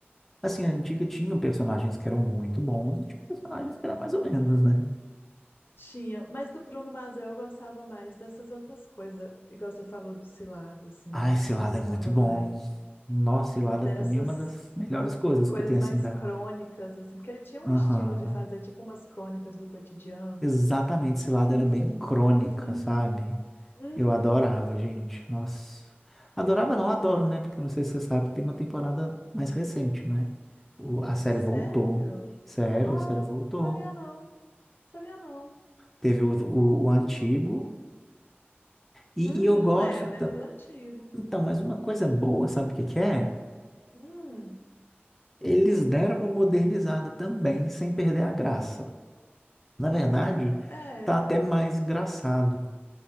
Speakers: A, in the centre; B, on the left.
A: Assim, a antiga tinha personagens que eram muito bons e tinha personagens que eram mais ou menos, né?
B: Tinha, mas do Bruno Mazel eu gostava mais dessas outras coisas. Igual você falou do Cilado, assim,
A: Ah,
B: eu acho
A: esse
B: que
A: lado
B: eu gostava
A: é muito bom.
B: mais
A: Nossa, Cilada
B: dessas
A: pra mim é uma das melhores coisas
B: coisas
A: que tem assim
B: mais
A: da.
B: crônicas, assim, porque ele tinha um
A: Aham.
B: estilo de fazer tipo umas crônicas do cotidiano.
A: Exatamente, Cilada
B: Uhum,
A: era bem crônica,
B: uhum,
A: sabe?
B: uhum.
A: Eu adorava, gente. Nossa. Adorava, não adoro, né? Porque eu não sei se você sabe, tem uma temporada mais recente, né? O- a série
B: Sério?
A: voltou. Sério,
B: Oh,
A: a série voltou.
B: sabia não, sabia não.
A: Teve o, o, o antigo. E,
B: Uhum,
A: e eu gosto
B: é, eu lembro do antigo.
A: Então, mas uma coisa boa, sabe o que que é?
B: Hum,
A: Eles deram uma modernizada também, sem perder a graça. Na
B: ah,
A: verdade,
B: é.
A: tá até mais engraçado.